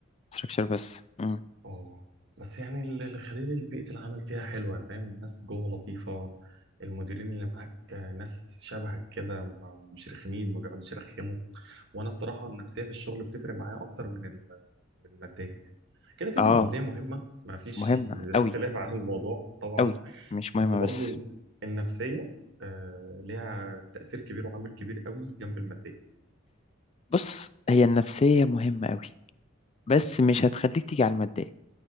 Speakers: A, on the left; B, on the right.
A: ستراكشر بس مم.
B: اه بس يعني ال- الخليل بيئة العمل فيها حلوة فاهم الناس جوه لطيفة المديرين اللي معاك ناس شبهك كده ما- مش رخمين ما بيقعدوش يرخموا وانا الصراحة النفسية في الشغل بتفرق معايا اكتر من ال- من المادية يعني كده كده
A: اه
B: المادية مهمة ما فيش
A: مهمة أوي
B: اختلاف عن الموضوع طبعا
A: أوي مش
B: بس
A: مهمة
B: برضو
A: بس
B: النفسية آه، ليها تأثير كبير وعامل كبير قوي جنب المادية
A: بص هي النفسية مهمة قوي بس مش هتخليك تيجي على المادية